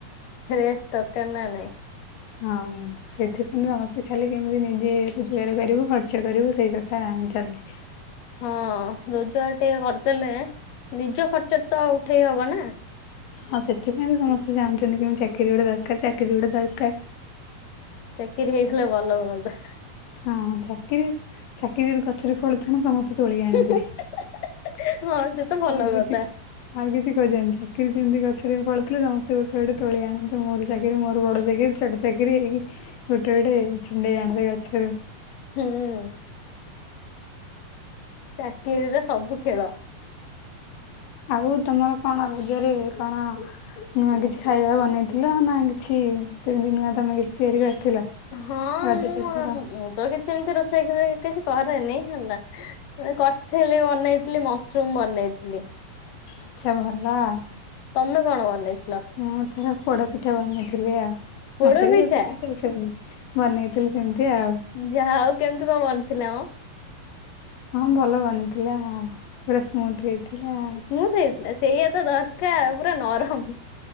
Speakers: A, on the left; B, on the left.
A: ରେଷ୍ଟ ଦରକାର୍ ନା ନାଇଁ।
B: ହଁ। ସେଥିପାଇଁ ସମସ୍ତେ ଖାଲି କେମିତି ନିଜେ ରୋଜଗାର କରିବୁ ଖର୍ଚ୍ଚ କରିବୁ ସେଇ କଥା ଚାଲିଛି।
A: ହଁ ରୋଜଗାର ଟିକେ କରିଦେଲେ ନିଜ ଖର୍ଚ୍ଚ ତ ଉଠେଇ ହବ ନାଁ।
B: ହଁ ସେଥିପାଇଁ ତ ସମସ୍ତେ ଚାହୁଁଛନ୍ତି କେମିତି ଚାକିରି ଗୋଟେ ଦରକାର୍ ଚାକିରି ଗୋଟେ ଦରକାର୍।
A: ଚାକିରି ହେଇଗଲେ ଭଲ ହୁଅନ୍ତା।
B: ହଁ ଚାକିରି ଚାକିରିରେ କ ଗଛରେ ଫଳୁ ଥିଲେ ସମସ୍ତେ ତୋଳି ଅଣନ୍ତେ
A: ହଁ ସେ ତ ଭଲ
B: ଆଉ କିଛି
A: କଥା
B: ଆଉ କିଛି ଖୋଜେନ ଚାକିରି ଯେମିତି ଗଛରେ ପଳୁଥିଲେ ସମସ୍ତେ ଗୋଟେ ଗୋଟେ ତୋଳି ଆଣନ୍ତେ ମୋର ଚାକିରି ମୋର ବଡ ଚାକିରି ଛୋଟ ଚାକିରି ହେଇକି ଗୋଟେ ଗୋଟେ ଛିଣ୍ଡେଇ ଆଣାନ୍ତେ ଗଛରୁ।
A: ହୁଁ ଚାକିରିର ସବୁ ଖେଳ।
B: ଆଉ ତମର କଣ ରଜରେ କଣ ନୂଆ କିଛି ଖାଇବା ବନେଇଥିଲ ନା କିଛି ସେମିତି ନୂଆ ତମେ କିଛି ତିଆରି କରିଥିଲ
A: ହଁ
B: ରଜରେ
A: ମୁଁ
B: ଏଥର
A: ମୁଁ ତ କିଛି ସେମିତି ରୋଷେଇ <unintelligible> କିଛି କରେନି ହେଲା। କରି ଥିଲି ବନେଇଥିଲି ମସୃମ ବନେଇଥିଲି।
B: ଆଛା ଭଲ ଆଉ।
A: ତମେ କଣ ବନେଇଥିଲ?
B: ମୁଁ ଥରେ ପୋଡ଼ ପିଠା ବନେଇଥିଲି ଆଉ
A: ପୋଡ
B: ମତେ ବି
A: ପିଠା
B: ରୋଷେଇ କିଛି ଆସ ସେନି ବନେଇଥିଲି ସେମିତି ଆଉ।
A: ଯାହା ଆଉ କେମିତି କଣ ବନିଥିଲା ମ?
B: ହଁ ଭଲ ବନିଥିଲା ଆଉ ପୁରା ସ୍ମୁଥ ହେଇ ଥିଲା।
A: ସ୍ମୁଦ ହେଇଥିଲା ସେଇଆତ ଦରକାର ପୁରା ନରମ।